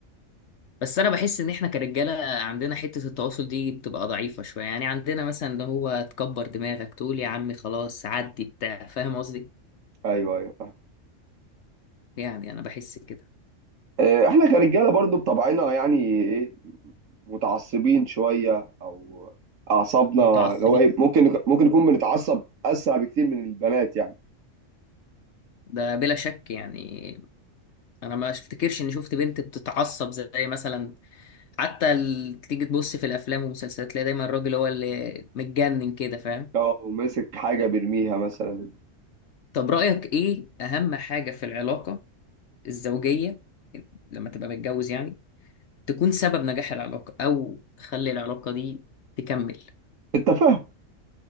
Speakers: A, on the left (about 65°); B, on the right (about 85°).
A: بس انا بحس ان احنا كرجاله عندنا حته التواصل دي بتبقى ضعيفه شويه يعني عندنا مثلا اللي هو تكبر دماغك تقول يا عمي خلاص عدي بتاع فاهم قصدي
B: ايوه ايوه فاهم
A: يعني انا بحس كده
B: آه، احنا كرجالة برضو بطبعنا يعني ايه متعصبين شوية او اعصابنا
A: متعصبين
B: اللي هو ايه ممكن ممكن نكون بنتعصب اسرع بكتير من البنات يعني
A: ده بلا شك يعني انا ما افتكرش اني شفت بنت بتتعصب زي مثلا حتى ال- تيجي تبص في الافلام والمسلسلات تلاقي دايما الراجل هو اللي متجنن كده فاهم
B: لو ماسك حاجة بيرميها مثلا
A: طب رايك ايه اهم حاجه في العلاقه الزوجيه لما تبقى متجوز يعني تكون سبب نجاح العلاقة أو تخلي العلاقة دي تكمل
B: التفاهم